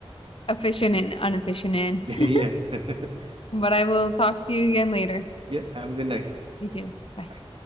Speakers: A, on the left; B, on the right.
A: efficient and inefficient in.
B: Yeah,
A: <laughs>
B: <laughs> yeah. <laughs>
A: But I will talk to you again later.
B: yep, have a good night.
A: You too. Bye.
B: Bye.